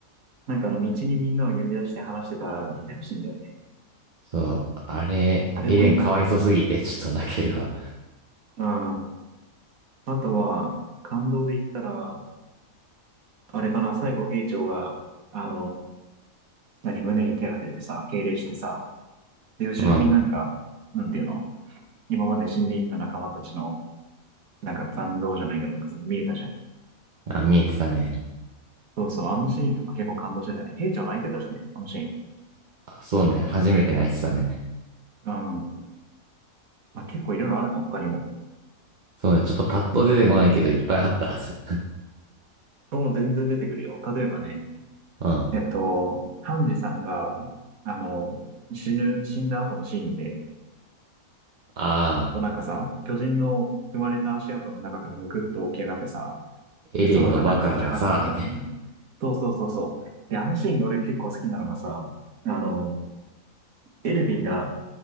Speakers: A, on the right; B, on the right.
A: なんかあの道にみんなを呼び出して話してたみたいなシーンだよね。
B: そう、あれ、
A: あれも良かった。
B: エレンかわいそすぎてちょっと泣けるわ。
A: うん。あとは、感動で言ったら、あれかな、最後兵長が、あの、何、胸に手当ててさ、敬礼してさ、で、後ろになんか、
B: うん。
A: なんていうの、今まで死んでいった仲間たちの、なんか残像じゃないけど、なんかその見えたじゃん。
B: あ、見えてたね。
A: そうそう、あのシーンとか結構感動してたよね。兵長泣いてたしね、あのシーン。
B: あそうね、初めて泣いてたね。
A: うん。まあ、結構いろいろあるな、他にも。
B: そうね、ちょっとパッと出てこないけどいっぱいあったはず。<laughs>
A: そう、全然出てくるよ。例えばね、
B: うん。あ
A: えっと、ハンジさんが、あの、死ぬ、死んだ後のシーンで、
B: あ、
A: こうなんかさ、巨人の踏まれた足跡の中からむくっと起き上がってさ、
B: エレンのバカがさ、
A: で空がなんかめちゃ晴れててみたいな。
B: って。
A: そうそうそうそう。で、あのシーン俺結構好きなのがさ、あの、エルヴィンが